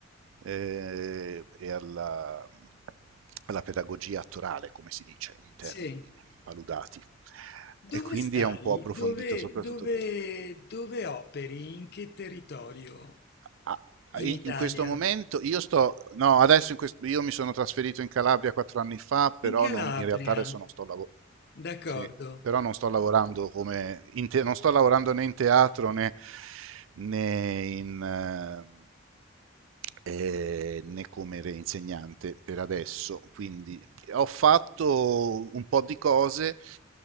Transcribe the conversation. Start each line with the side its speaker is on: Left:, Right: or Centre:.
Right: eh, e alla, alla pedagogia attorale, come si dice in termini
Left: Sì.
Right: paludati. E
Left: Dove
Right: quindi
Left: stai?
Right: è un po' approfondito
Left: Dove,
Right: soprattutto.
Left: dove, dove operi? In che territorio?
Right: Ah,
Left: In
Right: in,
Left: Italia?
Right: in questo momento io sto no adesso in questo, io mi sono trasferito in Calabria quattro anni fa però
Left: In Calabria,
Right: non, in realtà adesso non sto lavorando
Left: d'accordo.
Right: sì, però non sto lavorando come in te- non sto lavorando né in teatro né, né in eh, eh, né come re- insegnante per adesso quindi ho fatto un po' di cose,